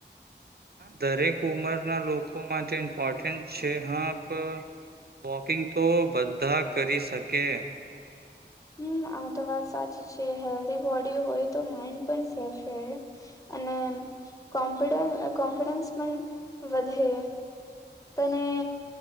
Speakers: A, on the right; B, on the left.
A: દરેક ઉંમરના લોકો માટે ઇમ્પોર્ટન્ટ છે હા પ વોકિંગ તો બધા કરી શકે
B: હમ્મ આ તો વાત સાચી છે હેલ્ધી બોડી હોય તો માઈન્ડ પણ ફ્રેશ રહે અને કોફ કોન્ફિડન્સ પણ વધે તને